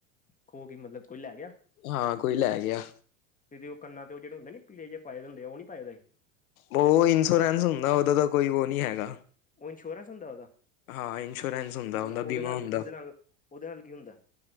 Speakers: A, on the left (about 20°); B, on the left (about 85°).
A: ਖੋ ਕੇ ਮਤਲਬ ਕੋਈ ਲੈ ਗਿਆ।
B: ਹਾਂ, ਕੋਈ ਲੈ ਗਿਆ।
A: ਤੇ ਉਹ ਕੰਨ ਤੇ ਜਿਹੜਾੁੰਦਾ ਪੀਲੇ ਜੇ ਪ ਪਾਏ ਹੁੰਦੇ ਉਹ ਨੀ ਪਾਏ ਸੀ।
B: ਉਹ ਇੰਸ਼ੋਰੈਂਸ ਹੁੰਦਾ। ਉਹਦਾ ਤਾਂ ਕੋਈ ਉਹ ਨਹੀਂ ਹੈਗਾ।
A: ਉਹ ਇੰਸ਼ੋਰੈਂਸ ਹੁੰਦਾ ਉਹਦਾ।
B: ਹਾਂ ਇੰਸ਼ੋਰੈਂਸ ਹੁੰਦਾ
A: ਮਤਲਬ
B: ਉਹਦਾ
A: ਉਹਦੇ
B: ਬੀਮਾ
A: ਨਾਲ
B: ਹੁੰਦਾ।
A: ਉਹਦੇ ਨਾਲ ਉਹਦੇ ਨਾਲ ਕੀ ਹੁੰਦਾ।